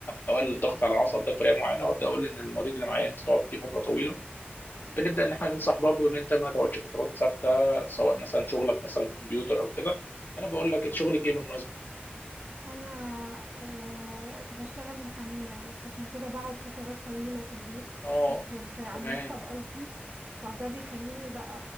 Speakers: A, on the left (about 55°); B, on the right (about 50°).
A: او اقلل الضغط على العصب ده بطريقه معينه وابدا اقول ان المريض اللي معايا انت تقعد فيه فتره طويله بنبدا ان احنا ننصح برضه ان انت ما تقعدش فترات ثابته سواء مثلا شغلك مثلا كمبيوتر او كده انا بقول لك انت شغلك ايه بالمناسبه
B: انا آه، بشتغل محامية بس عشان كده بقعد فترات طويلة في البيت
A: اه
B: في في في على
A: تمام
B: المكتب قصدي فده بيخليني بقى